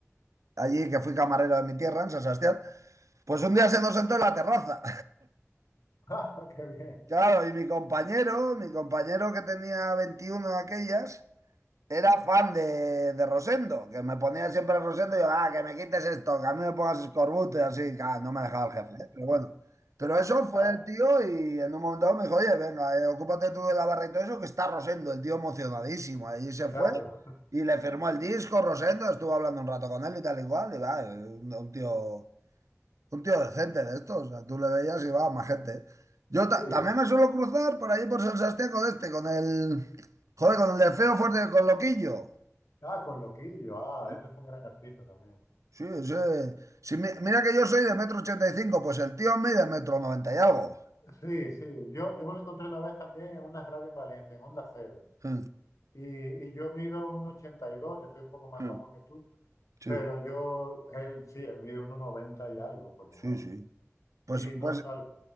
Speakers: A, on the left; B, on the right.
A: Sí.
B: allí
A: <laughs>
B: que fui camarero de mi tierra, en San Sebastián, pues un día se nos sentó en la terraza.
A: Ah, qué bien.
B: Claro, y mi compañero, mi compañero que tenía 21 de aquellas, era fan de, de Rosendo, que me ponía siempre Rosendo y yo, ah, que me quites esto, que a mí me pongas escorbuto y así, claro, no me dejaba el jefe, ¿eh? Pero bueno. Pero eso fue
A: Claro.
B: el tío y en un momento dado me dijo, oye, venga, eh, ocúpate tú de la barra y todo eso, que está Rosendo, el tío emocionadísimo. ahí se
A: claro.
B: fue y le firmó el disco, Rosendo, estuvo hablando un rato con él y tal igual, y va, eh, un un tío... Un tío decente de estos, o sea, tú le veías y va, más gente. Yo ta-
A: Sí.
B: también me suelo cruzar por ahí por San Sebastián con este, con el. Joder, con el de feo fuerte, con Loquillo.
A: Ah, con Loquillo. Ah,
B: ¿Sí?
A: ese es un gran artista también.
B: Sí, sí. Si mi- mira que yo soy de metro ochenta y cinco, pues el tío mide metro noventa y algo.
A: Sí, sí. Yo, yo me lo encontré una vez también en una radio en Valencia, en Onda Cero.
B: Sí,
A: Y, y yo mido 1,82, yo soy un poco más
B: sí,
A: bajo que tú.
B: sí.
A: Pero yo, él sí, él mide uno noventa y algo, por lo
B: sí.
A: menos.
B: sí. Pues,
A: Y nos,
B: pues,
A: sal-